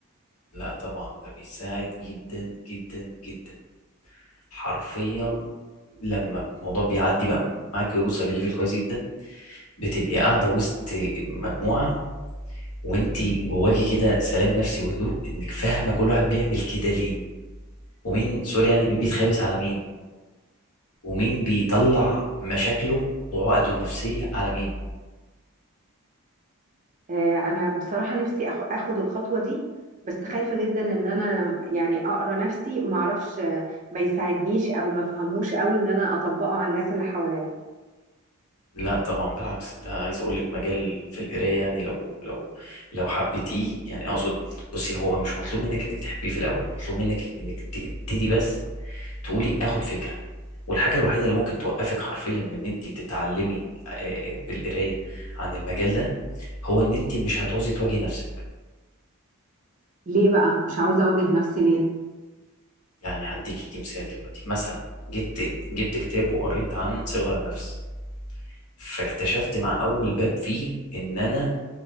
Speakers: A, on the left (about 85°); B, on the right (about 35°).
A: لا طبعا ده بيساعد جدا جدا جدا حرفيا لما الموضوع بيعدي بقى معاك ويوصل لليفل كويس جدا بتبقي قاعده وسط مجموعه وانت جواكي كده سلام نفسي وهدوء انك فاهمه كل واحد بيعمل كده ليه ومين سوري يعني مين بيتخابس على مين ومين بيطلع مشاكله وعقده النفسية على مين
B: آه، انا بصراحه نفسي أخ- اخد الخطوه دي بس خايفه جدا ان انا يعني اقرا نفسي ما اعرفش آه، ما يساعدنيش او ما افهمهوش قوي ان انا اطبقه على الناس اللي حواليا
A: لا طبعا بالعكس ده عايز اقول لك مجال في القرايه يعني لو لو لو حبيتيه يعني اقصد بصي هو مش مطلوب منك انك تحبيه في الاول مطلوب منك انك تبتدي بس تقولي اخد فكره والحاجه الوحيده اللي ممكن توقفك حرفيا من ان انت تتعلمي آه، آه، بالقرايه عن المجال ده هو ان انت مش هتعوزي تواجهي نفسك
B: ليه بقى مش عاوزة أواجه نفسي ليه؟
A: يعني هديكي مثال دلوقتي مثلا جبت جبت كتاب وقريت عن صغر النفس فاكتشفت مع اول باب فيه ان انا